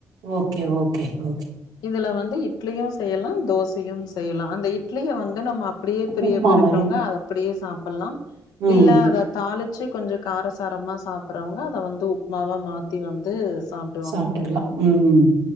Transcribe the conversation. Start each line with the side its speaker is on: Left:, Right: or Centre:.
Right: ஓகே ஓகே ஓகே
Left: இதுல வந்து இட்லியு செய்யலா தோசையும் செய்யலா அந்த இட்லிய வந் து நம்ம அப்டியே பெரிய
Right: உப்மா
Left: பேர் இருக்கிறவங்க
Right: மாரியு
Left: அத அப்டியே சாப்ட் பண்லா
Right: ம்
Left: இல்ல அத தாழி வச்சு கொஞ்ச காரசாரமாக சாப்பறவங்க அத வந்து உப்புமாவா மாத்தி வந்து சாப்டுவாங்க
Right: சாப்ட்டுக்கலா
Left: தோழி
Right: ம்